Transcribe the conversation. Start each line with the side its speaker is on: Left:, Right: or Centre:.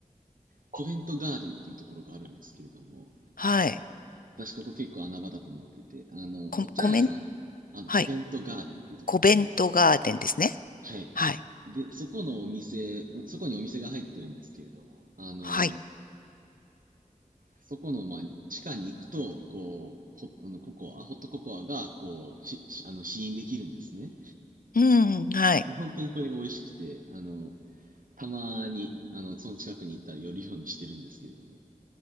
Right: コベントガーデンっていうところがあるんですけれども、
Left: はい。
Right: 私ここ結構穴場だと思ってて、あの、
Left: コ、
Right: お茶屋さん、
Left: コメン、
Right: あの、
Left: はい。
Right: コベントガーデンっていうところで、
Left: コベントガーデンですね。
Right: あの、はい。
Left: はい。
Right: で、そこのお店、そこにお店が入ってるんですけれども、あの、
Left: はい。
Right: そこの、まあ、地下に行くと、こう、ホット、あの、ココア、ホットココアが、こう、し、しあの、試飲できるんですね。
Left: うん、はい。
Right: で、本当にこれが美味しくて、あの、たまに、あの、その近くに行ったら寄るようにしてるんですけれども。